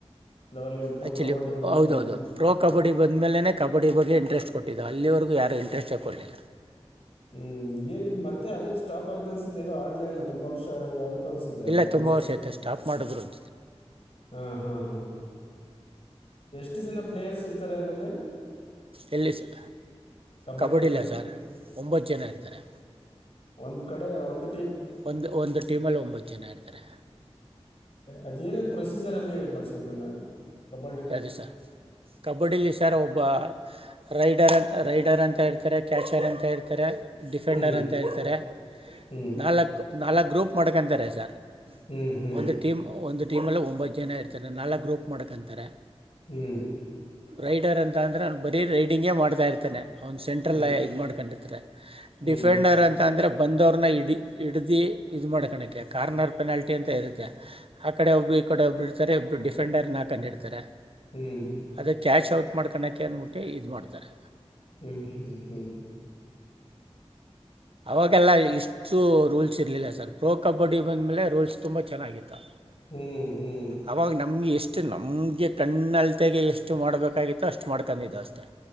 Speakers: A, on the left; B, on the right.
A: ಲೆವೆಲ್ಗೆ ಪ್ರೋ
B: ಆ್ಯಕ್ಚುಲಿ
A: ಕಬಡ್ಡಿ ಬಂದಮೇಲೆ
B: ಹೌದೌದು ಪ್ರೋ ಕಬಡ್ಡಿ ಬಂದ ಮೇ ಕಬಡ್ಡಿಗ್ ಇಂಟ್ರೆಸ್ಟ್ ಕೊಟ್ಟಿದ್ದು ಅಲ್ಲಿವರೆಗ ಯಾರು ಇಂಟ್ರೆಸ್ಟ್ ತಗೊಲಿಲ್ಲ
A: ಹ್ಮ್ ಏನ ಈಗ ಮತ್ತೆ ಅದು ಸ್ಟಾಪ್ ಆಯ್ತು ಅನ್ಸೆ ಎಲ್ಲೋ ಆಡ್ಲಾ ಇಲ್ಲ ತುಂಬಾ ವರ್ಷ ಆಯ್ತು ಅನ್ಸುತ್ತೆ
B: ಇಲ್ಲ
A: ಎರಡು ಮೂರು
B: ತುಂಬಾ ವರ್ಷ ಆಯತ ಸ್ಟಾಪ್ ಮಾಡಿದ್ರುಂ
A: ಹಾ ಹಾ ಹಾ ಎಷ್ಟು ಜನ ಪ್ಲೇಯರ್ಸ್ ಇರ್ತಾರೆ ಅರಲ್ಲಿ
B: ಎಲ್ಲಿ ಸ
A: ಕಬಡ್ಡಿನಲ್ಲಿ
B: ಕಬಡ್ಡಿ ಇಲ್ಲ ಸರ್ ಒಂಬತ್ತು ಜನ ಇರ್ತಾರೆ
A: ಒಂದ್ ಕಡೆ ಒಂದ
B: ಒಂದು ಒಂದು ಟೀಮಲ್ಲಿ ಒಂಬತ್ತು ಜನ ಇಡ್ತಾರೆ
A: ಅದ ಏನ್ ಪ್ರೊಸೀಜರ್ ಅಲ್ಲಿ ಬ
B: ಯಾದು ಸರ್ ಕಬಡ್ಡಿಲಿ ಸರ್ ಒಬ್ಬ ರೈಡರ್ ಅ ರೈಡರ್ ಅಂತ ಇರ್ತಾರೆ ಕ್ಯಾಚರ್ ಅಂತ ಇರ್ತಾರೆ ಡಿಫೆಂಡರ್
A: ಹ್ಞೂ
B: ಅಂತ ಹೇಳ್ತಾರೆ
A: ಹ್ಞೂ
B: ನಾಲ್ಕು ನಾಲ್ಕು ಗ್ರೂಪ್ ಮಾಡ್ಕೊಂತಾರೆ ಸರ್
A: ಹ್ಞೂ ಹ್ಞೂ
B: ಒಂದು ಟೀಮ್ ಒಂದು ಟೀಮಲ್ಲಿ ಒಂಬತ್ತು ಜನ ಇರ್ತಾರೆ ನಲ್ಲ ಗ್ರೂಪ್ ಮಾಡ್ಕೊಂತಾರೆ
A: ಹ್ಮ್
B: ರೈಡರ್ ಅಂತ ಅಂದರೆ ಅವಾನನು ಬರೀ ರೈಡಿಂಗೇ ಮಾಡ್ತಾಯಿರ್ತಾನೆ ಅವನು ಸೆಂಟ್ರಲ್
A: ಹ್ಞೂ
B: ಇದು ಮಾಡ್ಕೊಂಡಿರ್ತಾರೆ
A: ಹ್ಞೂ
B: ಡಿಫೆಂಡರ್ ಅಂತ ಅಂದ್ರೆ ಬಂದವ್ರನ್ನ ಇ ಹಡ್ದಿ ಇ ಮಾಡ್ಕಕೆ ಕಾರ್ನರ್ ಪೆನಾಲ್ಟಿ ಅಂತ ಇರುತ್ತೆ ಆ ಕಡೆ ಒಬ್ಬರು ಕೊಡ ಇರ್ತಾರೆ ಡಿಫೆಂಡರ್ ನಾಕಂಡ ಇರ್ತಾರೆ
A: ಹ್ಞೂ ಹ್ಞೂ
B: ಅದ ಕ್ಯಾಶ್ ಔಟ್ ಮಾಡ್ಕಳಕ ಅನ್ಬಿಟ್ಟು ಇದು ಮಾಡ್ತಾರೆ
A: ಹ್ಮ್ ಹ್ಮ್ ಹ್ಮ್
B: ಅವಾಗೆಲ್ಲ ಇಷ್ಟ ಹೆಚ್ಚು ರೂಲ್ಸ್ ಇರಲಿಲ್ಲ ಸರ್ ಪ್ರೋ ಕಬಡ್ಡಿ ಬಂದಮೇಲೆ ರೂಲ್ಸ್ ತುಂಬ ಚೆನ್ನಾಗಿತ್ತು
A: ಹ್ಞೂ ಹ್ಞೂ
B: ಆಗ ನಮ್ಗೆ ಎಷ್ಟು ಅಷ್ಟು ನಮಗೆ ಕಣ್ಣು ಅಲತೆಗೆ ಎಷ್ಟು ಮಾಡ್ಬೇಕಾಗಿತ್ತೋ ಅಷ್ಟು ಮಾಡ್ಕೊಂಡಿದ್ದ ಅಷ್ಟೇ